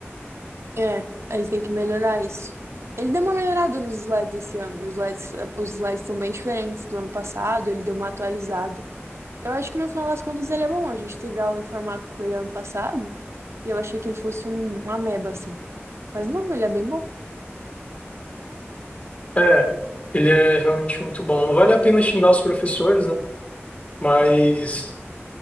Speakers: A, on the right (about 75°); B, on the left (about 30°).
A: É, aí ele tem que melhorar isso. Ele deu uma melhorada nos slides esse ano. Os slides, os slides estão bem diferentes do ano passado, ele deu uma atualizada. Eu acho que no final das contas ele é bom. A gente teve aula em farmácia com ele ano passado e eu achei que ele fosse um, um ameba, assim. Mas não, ele é bem bom.
B: É, ele é realmente muito bom. Não vale a pena xingar os professores, né? Mas